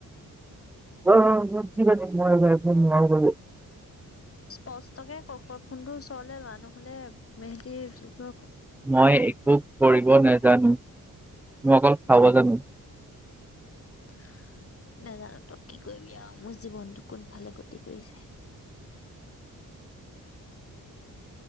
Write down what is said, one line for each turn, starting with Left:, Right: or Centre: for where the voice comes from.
Centre: অহ, <unintelligible> নোৱাৰো বাবে।
Left: স্পষ্টকে কওঁক ফোনটোৰ ওচৰলে লোৱা নহ'লে মেহেতিৰ
Centre: মই একো কৰিব নাজানোঁ, মই অকল খাব জানোঁ।
Left: <unintelligible> নাজানোতো কি কৰিবি আৰু মোৰ জীৱনটো কোনফালে গতি কৰিছে।